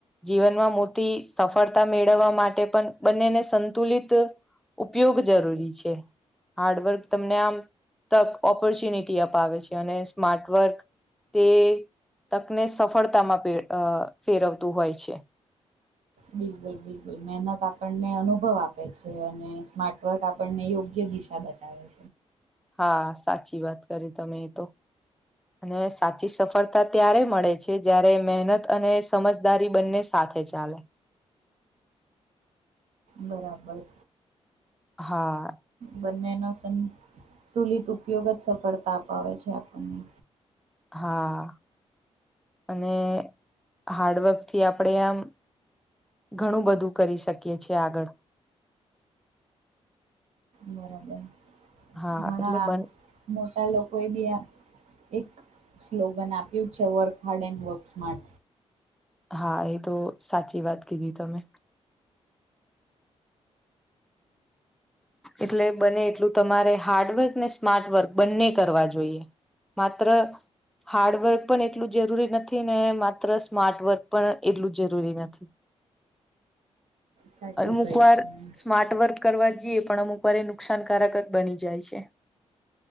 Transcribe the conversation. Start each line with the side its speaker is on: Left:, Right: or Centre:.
Centre: જીવનમાં મોટી સફળતા મેળવવા માટે પણ બંનેને સંતુલિત ઉપયોગ જરૂરી છે. હાર્ડવર્ક તમને આમ તક, ઓપ પોર્ચ્યુનિટી અપાવે છે, અને સ્માર્ટવર્ક તે તકને સફળતામાં ફેરવતું હોય છે.
Right: બિલકુલ બિલકુલ મહેનત આપણને અનુભવ આપે છે અને સ્માર્ટવર્ક આપણને યોગ્ય દિશા બને <inaudible>
Centre: હા સાચી વાત કરી તમે તો અને સાચી સફળતા ત્યારે મળે છે જયારે મહેનત અને સમજદારી બંને સાથે ચાલે
Right: બરાબર.
Centre: હા.
Right: બંનેનો સંતુલિત ઉપયોગ જ સફળતા અપાવે છે આપણને
Centre: હા અને હાર્ડવર્ક થી આપણે આમ ઘણું બધું કરી શકીએ છીએ આગળ
Right: બરાબર
Centre: હા
Right: ઘણા
Centre: એટલે બન
Right: મોટા લોકો એ બી આ એક સ્લોગન આપ્યું છે વર્ક હાર્ડ એન્ડ વર્ક્સ માર્
Centre: હા એ તો સાચી વાત કીધી તમે એટલે બને એટલું તમારે હાર્ડવર્ક ને સ્માર્ટવર્ક બંને કરવા જોઈએ. માત્ર હાર્ડવર્ક પણ એટલું જરૂરી નથી ને માત્ર સ્માર્ટવર્ક પણ એટલું જરૂરી નથી.
Right: સાચું
Centre: અમુક
Right: કહ્યું
Centre: વાર
Right: તમને.
Centre: સ્માર્ટ વર્ક કરવા જઈએ પણ અમુક વાર એ નુકસાનકારક જ બની જાય છે.